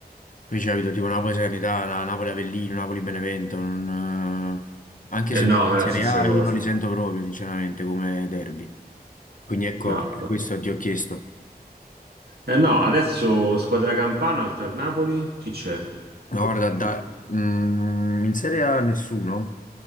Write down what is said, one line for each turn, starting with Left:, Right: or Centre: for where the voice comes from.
Left: Capisci, capito? Tipo Napoli-Salernitana, Na- Napoli-Avellino, Napoli-Benevento, non, eh, anche
Right: Eh
Left: se
Right: no,
Left: in
Right: non
Left: Serie
Right: è la stessa
Left: A
Right: cosa.
Left: io non li sento proprio, sinceramente, come derby. Quindi ecco,
Right: No,
Left: per
Right: no.
Left: questo ti ho chiesto.
Right: Eh no, adesso squadra campana oltre al Napoli, chi c'è?
Left: Ma guarda, da,
Right: Mm.
Left: mm, in Serie A nessuno,